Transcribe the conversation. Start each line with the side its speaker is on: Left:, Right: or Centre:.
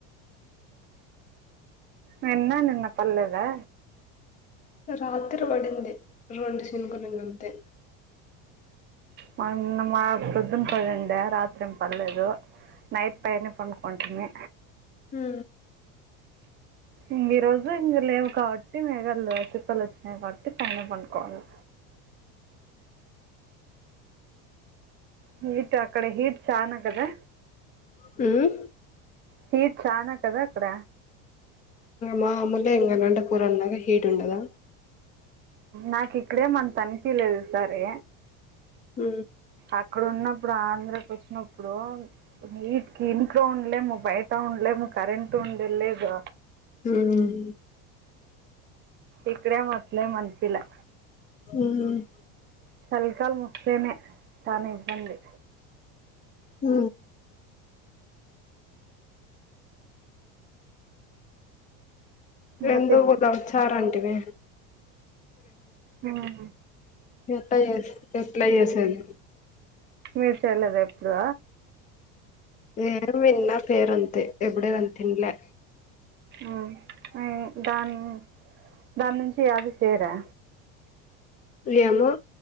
Right: నిన్నా నిన్న పడలేదా
Left: రాత్రి పడింది రెండు చినుకులు ఇంగంతే
Right: మాది నిన్న మా ప్రొద్దున్న పడింది రాత్రి ఏం పడలేదు నైట్ పైనే పనుకుంటిని
Left: హ్మ్
Right: ఇంగ ఈ రోజు ఇంగ లేవు కాబట్టి మేఘాలు కుపలు వచ్చినయ్ న పటి పైన్న పనుకోవాల హీట్ అక్కడ హీట్ చాన కదా
Left: హ్మ్
Right: హీట్ చానా కదా అక్కడ
Left: మాములే ఇంగ నాంట పూరన్నాక హీట్ ఉండదా
Right: నాకు ఇక్కడే ఏం అంతా అనిపిలేదు సరే
Left: ఉ
Right: అక్కడ ఉన్నప్పుడు ఆంధ్రకి వచ్చినప్పుడు వీటికి ఇంట్లో ఉండలేము బయట ఉండలేము కరెంట్ ఉండే లేదు
Left: హ్మ్
Right: ఇక్కడ మట్లే మన్పీలా
Left: మ్మ్
Right: చలికాలం వస్తేనే చాలా ఇబ్బంది
Left: ఆ రెందో
Right: ఆ
Left: కూద వచ్చారంటివి
Right: ఉం
Left: ఎట్ట ఎట్లా చేసేది
Right: మీరు చేయలేదా ఎప్పుడు
Left: ఏ విన్న పేరు అంతే ఎప్పుడు దాన్ని తిన్లే
Right: ఉమ్ ఉం దాన్ దాని నుంచి అది చేయరా
Left: ఏమో